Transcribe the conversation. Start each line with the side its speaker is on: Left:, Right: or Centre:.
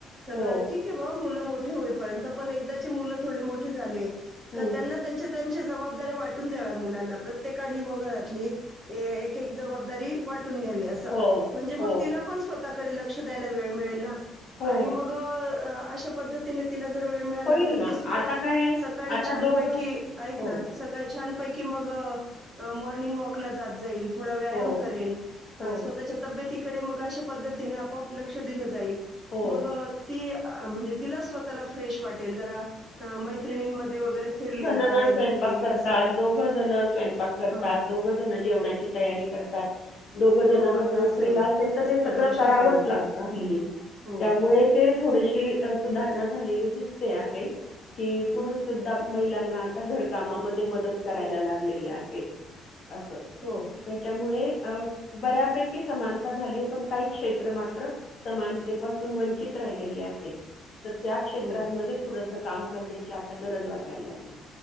Right: सगळं
Left: हो.
Right: ठीक आहे बा मुलं मोठ ठी होईपर्यंत पण एकदाचे मुलं थोडे मोठे झाले
Left: हं.
Right: का त्यांना त्यांच्या त्यांन च्या जबाबदाऱ्या वाटून द्याव्या मुलाना प्रत्येकाने बा घरातली एक एक जबाबदारी वाट टून घ्यावी असं
Left: हो,
Right: म्हणजे मग
Left: हो,
Right: तिला पण स्वत ता कडे लक्ष द्यायला वेळ मिळेल ना.
Left: हो.
Right: आणि मग अ अशा पद्धतीने तिला ज वेळ मिळाला
Left: होईल
Right: तर
Left: ना.
Right: ती सुद्धा
Left: आता काय आहे,
Right: सकाळी
Left: आता
Right: छानपैकी
Left: दोघं
Right: ऐक
Left: हो,
Right: ना सकाळी छान पैकी मग मॉर्निंग वॉकला जात जाईल. थोडा व्यायाम
Left: हो,
Right: करेल अ
Left: हो,
Right: स्वतःच्या तब्येत तिकडे मग अशा पद्धतीने आपोआप लक्ष दिलं जाईल
Left: हो,
Right: मग ती अ म्हणजे तिला स्वतःला फ्रेश वाट वाटेल जरा मैत्रिणींमध्ये वगैरे फिरली
Left: दोघेजण
Right: बाहेर
Left: स्वयंपाक
Right: हिंडली
Left: करतात
Right: असं
Left: दोघ जण स्वयंपाक करतात
Right: हा
Left: दोघं जण जेवणाची तयारी करतात दोघ
Right: हो
Left: जण
Right: आता
Left: जर नोकरीला
Right: असं आहे
Left: असेल तर
Right: दिसत
Left: ते सगळं
Right: बऱ्याच
Left: करावंच
Right: ठिकाणी
Left: लागतं
Right: हो
Left: हल्ली
Right: हो
Left: यामुळे ते थोडीशी सुधारणा झालेली दिसते. ते आहे की पुुरुष सुधा महिलांना आता घरकामा म ते मदत करायला
Right: हो
Left: लागलेले आहे एक अस
Right: हो
Left: त्याच्यामुळे अ बऱ्यापैकी समानता झालीय पण काही क्षेत्र मात्र समानतेपासून वंचित राहिलेले आहेत. तर त्या क्षेत्रांमध्ये
Right: हो
Left: थोडसं काम करण्याची गरज वाटाय लागली